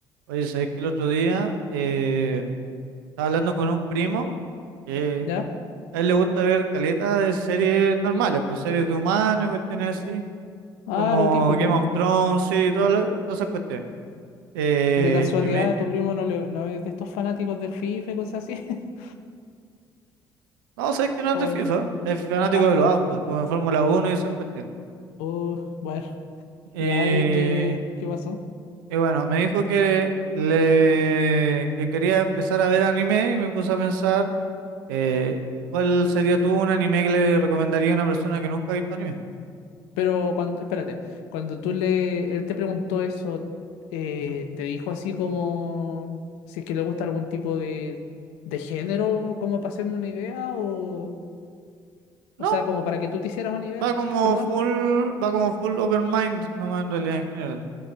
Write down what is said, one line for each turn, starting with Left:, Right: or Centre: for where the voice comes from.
Right: Oye, sabés que el otro día eh, estaba hablando con un primo que
Left: ¿Ya?
Right: a él le gusta ver caleta de series normales, pues series de humanos y cuestiones así,
Left: Ah,
Right: como
Left: lo típico.
Right: Game of Thrones y todas, las- todas esas cuestiones. Eh,
Left: De casualidad
Right: y me,
Left: a tu primo no, le, no es de estos fanáticos del FIFA y cosas así. <laughs>
Right: no, sabés que no es
Left: O,
Right: de FIFA, es fanático
Left: ah,
Right: de
Left: ya.
Right: los autos, como de Fórmula Uno y esas cuestiones.
Left: Oh, bueno.
Right: Eh,
Left: Ya, ¿y qué, qué pasó?
Right: y bueno, me dijo que, le, que quería empezar a ver anime y me puse a pensar. Eh, ¿cuál sería tú un anime que le recomendaría a una persona que nunca ha visto anime?
Left: Pero cuando, espérate, cuando tú le, él te preguntó eso, eh,
Right: Ujú.
Left: ¿te dijo así como si es que le gusta algún tipo de, de género, como para hacerme una idea? O,
Right: No,
Left: o sea, como para que tú te hicieras una idea,
Right: va
Left: per-
Right: como
Left: perdón.
Right: full, va como full open mind, nomás en realidad en general.